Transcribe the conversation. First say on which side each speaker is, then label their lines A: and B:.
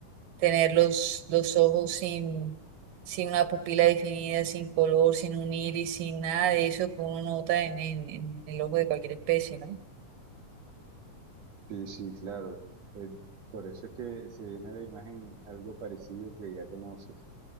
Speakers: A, on the right; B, on the right.
A: tener los, los ojos sin... sin una pupila definida, sin color, sin un iris, sin nada de eso que uno nota en, en en el ojo de cualquier especie, ¿no?
B: Sí, sí, claro. Eh, por eso es que se viene a la imagen algo parecido que ya conoces